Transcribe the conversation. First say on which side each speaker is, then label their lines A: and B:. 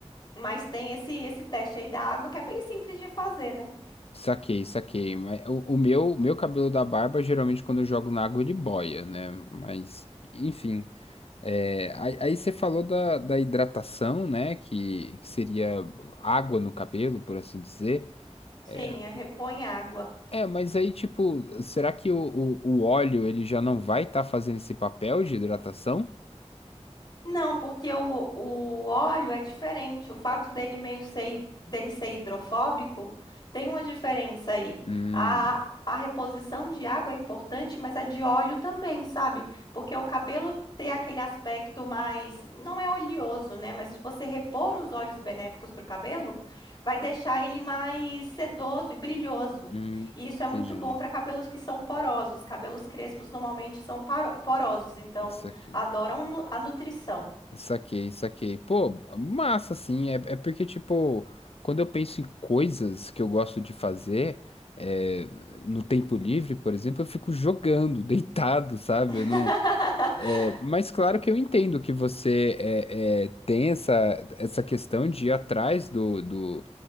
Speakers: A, on the left (about 40°); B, on the left (about 60°).
A: Mas tem esse, esse teste aí da água que é bem simples de fazer, né?
B: Saquei, saquei. Mas o, o meu, o meu cabelo da barba, geralmente quando eu jogo na água, ele boia, né? Mas, enfim. É, aí, aí você falou da, da hidratação, né? Que, que seria água no cabelo, por assim dizer.
A: Sim,
B: É,
A: é repõe água.
B: é, mas aí, tipo, será que o, o, o óleo ele já não vai estar fazendo esse papel de hidratação?
A: Não, porque o, o óleo é diferente. O fato dele meio ser, hi- dele ser hidrofóbico tem uma diferença aí.
B: Hum,
A: A, a reposição de água é importante, mas a de óleo também, sabe? Porque o cabelo ter aquele aspecto mais, não é oleoso, né? Mas você repor os óleos benéficos para o cabelo vai deixar ele mais sedoso e brilhoso.
B: hum,
A: E isso é muito
B: entendi.
A: bom para cabelos que são porosos. Cabelos crespos normalmente são paro- porosos, então
B: Isso aqui.
A: Adoram nu- a nutrição.
B: Saquei, saquei. Pô, massa, assim. É, é porque, tipo, quando eu penso em coisas que eu gosto de fazer, é, no tempo livre, por exemplo, eu fico jogando, <laughs> deitado, sabe?
A: <laughs>
B: Eu não... é, mas claro que eu entendo que você é, é, tem essa, essa questão de ir atrás do, do...